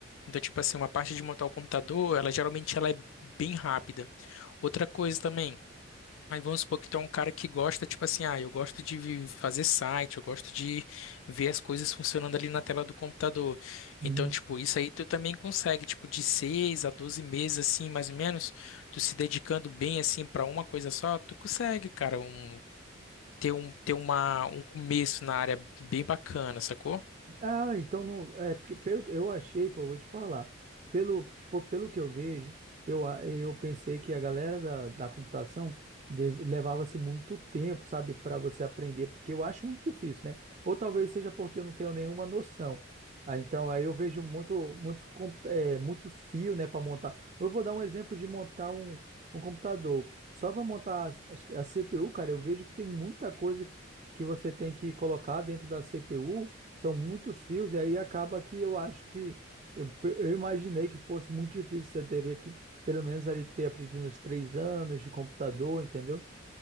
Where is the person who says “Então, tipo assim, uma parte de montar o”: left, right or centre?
Left